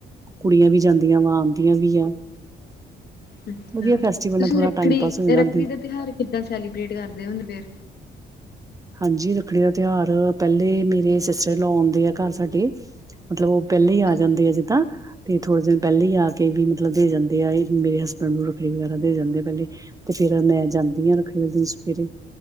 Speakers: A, on the right (about 15°); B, on the left (about 55°).
A: ਕੁੜੀਆਂ ਵੀ ਜਾਂਦੀਆਂ ਵਾ ਆਉਂਦੀਆਂ ਵੀ ਆ
B: ਅੱਛਾ
A: ਵਧੀਆ ਫੈਸਟੀਵਲ
B: ਤੁਸੀਂ
A: ਨਾਲ ਥੋੜਾ
B: ਰੱਖੜੀ
A: ਟਾਈਮ ਪਾਸ ਹੋ ਜਾਂਦਾ
B: ਰੱਖੜੀ ਦਾ ਤਿਉਹਾਰ ਕਿੱਦਾਂ ਸੈਲੀਬ੍ਰੇਟ ਕਰਦੇ ਹੁੰਦੇ
A: ਹਾਂਜੀ ਰੱਖੜੀ ਦਾ ਤਿਉਹਾਰ ਪਹਿਲੇ ਮੇਰੇ ਸਿਸਟਰ ਲ ਆਉਂਦੇ ਆ ਘਰ ਸਾਡੇ ਮਤਲਬ ਉਹ ਪਹਿਲੇ ਹੀ ਆ
B: ਫੇਰ
A: ਜਾਂਦੇ ਆ ਜਿੱਦਾਂ ਤੇ ਥੋੜੇ ਦਿਨ ਪਹਿਲੇ ਹੀ ਆ ਕੇ ਵੀ ਮਤਲਬ ਦੇ ਜਾਂਦੇ ਆ ਇਹ ਮੇਰੇ ਹਸਬੈਂਡ ਨੂੰ ਰੱਖੜੀ ਵਗੈਰਾ ਦੇ ਜਾਂਦੇ ਆ ਪਹਿਲੇ ਤੇ ਫਿਰ ਮੈਂ ਜਾਂਦੀ ਹਾਂ ਰੱਖੜੀ ਵਾਲੇ ਦਿਨ ਸਵੇਰੇ